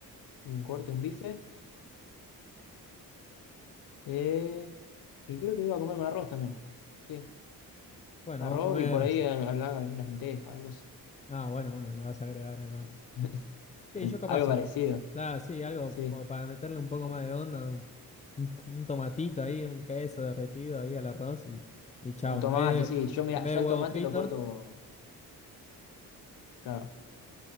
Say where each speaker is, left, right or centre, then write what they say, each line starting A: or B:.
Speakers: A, on the left; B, on the left.
A: un corte, un bife, eh, y creo que iba a comer con arroz también. Sí,
B: Bueno,
A: arroz
B: vamos a comer.
A: y por ahí
B: <laughs>
A: eh, habrá algunas lentejas, algo eso
B: Ah, bueno, bueno, le vas a agregar algo.
A: Sí.
B: eh. Sí,
A: Mm.
B: yo capaz
A: Algo
B: un.
A: parecido,
B: Claro, sí, algo
A: sí.
B: como para meterle un poco
A: Eh,
B: más de onda, un, un- un tomatito ahí, un queso derretido ahí al arroz y, y chao.
A: Un tomate,
B: En vez de,
A: sí. Yo, mira,
B: en vez
A: yo
B: de huevo
A: al tomate
B: frito.
A: lo corto, claro,